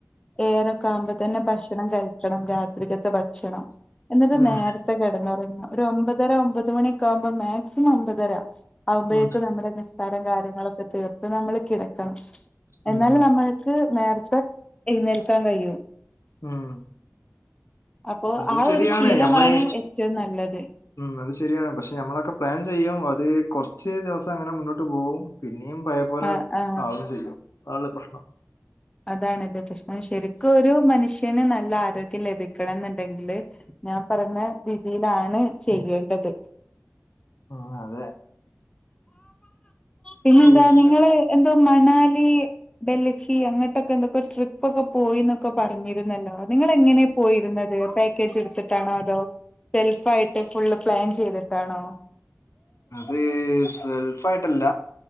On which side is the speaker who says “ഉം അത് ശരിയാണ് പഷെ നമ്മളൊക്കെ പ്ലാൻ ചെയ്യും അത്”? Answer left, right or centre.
Left